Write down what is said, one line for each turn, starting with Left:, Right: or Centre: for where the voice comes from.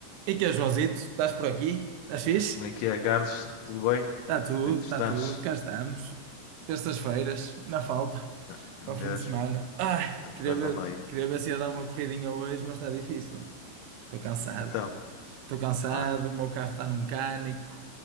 Right: E que é, Joãozito? Estás por aqui? Estás fixe?
Left: Como é que é, Carlos? Tudo bem?
Right: Está tudo,
Left: Como é que tu
Right: está
Left: estás?
Right: tudo, cá estamos. Terças-feiras, na falta,
Left: Ah,
Right: para
Left: Mesmo,
Right: o fim de semana. Ai,
Left: estamos
Right: queria
Left: quase
Right: ver,
Left: à meia.
Right: queria ver se ia dar uma corridinha hoje, mas está difícil. Estou cansado.
Left: Então,
Right: Estou cansado,
Left: vá.
Right: o meu carro está no mecânico.